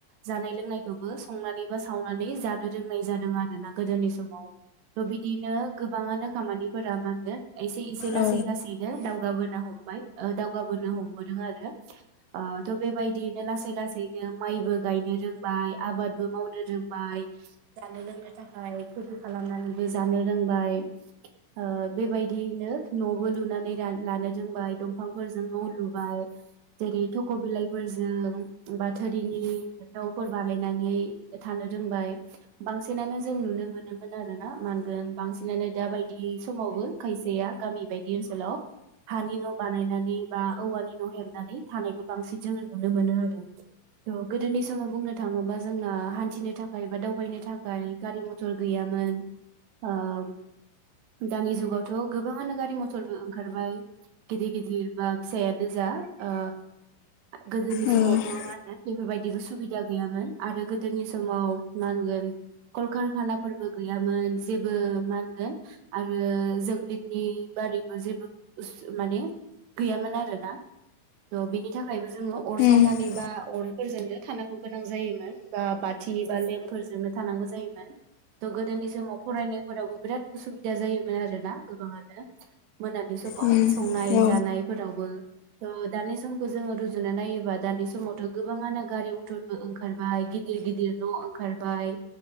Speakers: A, on the right; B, on the left.
A: जानाय लोंनायखौबो संनानै बा सावनानै जा नो रोंनाय जादों आरोना गोदोनि समाव थ' बिदिनो गोबाङानो खामानिफोरा मा होनगोन एसे एसे लासै
B: औ उम औ
A: लासैनो दावगाबोनो हमबाय ओ दावगाबोनो हमबोदों आरो‌। ओ त' बेबायदियैनो लासै लासैनो माइबो गायनो रोंबाय आबादबो मावनो रोंबाय जानो लोंनो थाखाय खेथि खालामनानैबो जानो रोंबाय। ओ बेबायदियैनो न'बो लुनानै रा लानो रोंबाय दंफांफोरजों न' लु लुबाय जेरै थख' बिलाइफोरजों बा थोरिनि दाउफोर बानायना नै थानो रोंबाय बांसिनानो जों नुनो मोनोमोन आरोना मा होनगोन बांसिनानो बायदि समावबो खायसेया गामि बायदि ओनसोलाव हानि न' बानायनानै बा औवानि न' हेबनानै थानायखौ बांसिन जोङो नुनो मोनो आरो त' गोदोनि समाव बुंनो थाङोबा जोंना हान्थिनो थाख खाय बा दावबायनो थाखाय गारि मथर गैयामोन ओम दानि जुगावथ' गोबाङानो गारि मथरबो ओंखारबाय गिदिर गिदिर बा <unintelligible> नोजा ओ गोदोनि
B: उम
A: समावथ' मा होनो बेफोरबायदिबो सुबिदा गैयामोन आरो गोदोनि समाव मा होनगोन कलकारखानाफोरबो गैयामोन जेबो मान गोन आरो जों बिदनि बारैबो जेबो उसु माने गैयामोन आरो ना त' बिनि थाखायबो जोङो अर सावनानै
B: औ
A: बा अर फोरजोंनो थानांगौ गोनां जायोमोन बा बाथिनि बा लेम्पफोरजोंनो थानांगौ जायोमोन। थ' गोदोनि समाव फरायनायफोरावबो बिराद उसुबिदा जायोमोन आरोना गोबाङानो। मोनानि समाव
B: उम
A: संनाय
B: औ
A: जानायफोरावबो थ' दानि सम खौ जोङो रुजुनो नायोबा दानि समावथ' गोबाङानो गारि मथरबो ओंखारबाय गिदिर गिदिर न' ओंखारबाय